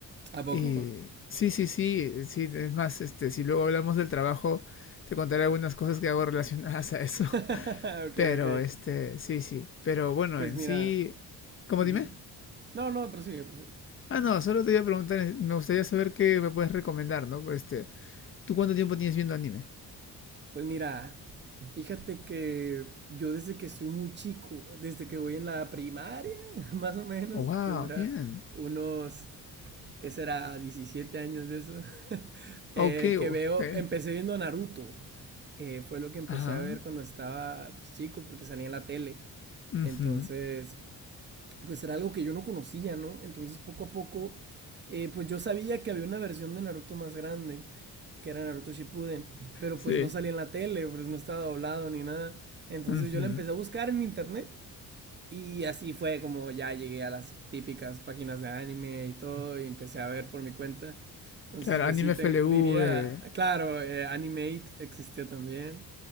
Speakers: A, on the right; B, on the left.
A: ¿A poco?
B: Y sí, sí, sí, sí, es más, este, si luego hablamos del trabajo, te contaré algunas cosas que hago relacionadas a eso.
A: <laughs>
B: <laughs>
A: ok,
B: Pero,
A: ok.
B: este, sí, sí, pero bueno,
A: Pues
B: en
A: mira.
B: sí, ¿cómo
A: ujú.
B: dime?
A: No, no, prosigue, prosigue.
B: Ah, no, solo te iba a preguntar, eh, me gustaría saber qué me puedes recomendar, ¿no? Por Este, ¿tú cuánto tiempo tienes viendo anime?
A: Pues mira, fíjate que yo desde que soy muy chico, desde que voy en la primaria, <laughs> más o menos,
B: Oh, wow,
A: tendrá
B: bien.
A: unos, ¿qué será? 17 años de eso, <laughs>
B: Ok,
A: eh, que
B: ok.
A: veo, empecé viendo Naruto. Eh, fue lo que empecé
B: Ajá.
A: a ver cuando estaba pues, chico, porque salía en la tele.
B: Ujú,
A: Entonces, pues era algo que yo no conocía, ¿no? Entonces poco a poco, eh, pues yo sabía que había una versión de Naruto más grande, que era Naruto Shippuden, pero
B: Sí.
A: pues no salía en la tele, pues no estaba doblado ni nada. Entonces
B: ujú.
A: yo la empecé a buscar en internet y así fue como ya llegué a las típicas páginas de anime y todo y empecé a ver por mi cuenta. Entonces
B: Claro,
A: pues
B: Anime
A: sí, te-
B: F L
A: diría,
B: V
A: claro, eh, Animate existía también.